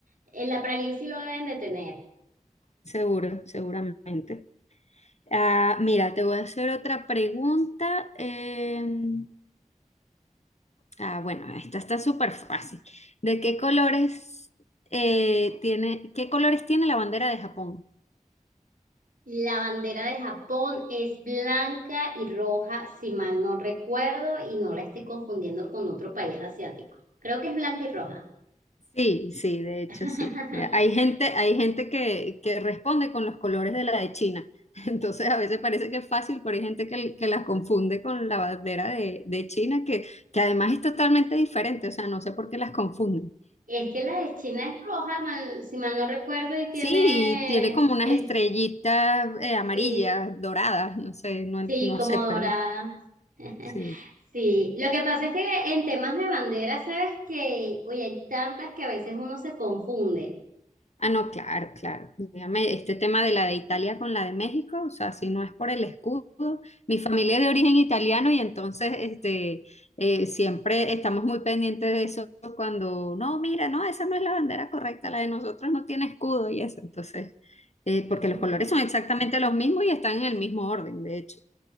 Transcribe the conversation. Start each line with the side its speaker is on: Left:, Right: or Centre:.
Right: en la pralín sí lo deben de tener.
Left: Seguro, seguramente. Ah, mira, te voy a hacer otra pregunta. em, ah, bueno, esta está súper fácil. ¿De qué colores eh, tiene, qué colores tiene la bandera de Japón?
Right: La bandera de Japón es blanca y roja, si mal no recuerdo, y no la estoy confundiendo con otro país asiático. Creo que es blanca y roja.
Left: Sí, sí, de hecho
Right: <laughs>
Left: sí. Hay gente, hay gente que, que responde con los colores de la de China. <laughs> Entonces a veces parece que es fácil, pero hay gente que, que las confunde con la bandera de, de China, que, que además es totalmente diferente. O sea, no sé por qué las confunden.
Right: Es que la de China es roja, mal- si mal no recuerdo, y tiene
Left: Sí, y tiene como unas
Right: el
Left: estrellitas eh, amarillas,
Right: sí,
Left: doradas, no sé, no,
Right: sí,
Left: no
Right: como
Left: sé,
Right: dorada.
Left: pero
Right: <laughs>
Left: sí.
Right: Sí, lo que pasa es que en temas de bandera, sabes que, oye, hay tantas que a veces uno se confunde.
Left: Ah, no, claro, claro. Dígame, este tema de la de Italia con la de México, o sea, si no es por el escudo, mi familia es de origen italiano y entonces este, eh, siempre estamos muy pendientes de eso cuando, no, mira, no, esa no es la bandera correcta, la de nosotros no tiene escudo y eso, entonces, eh,
Right: <laughs>
Left: porque los colores son exactamente los mismos y están en el mismo orden, de hecho.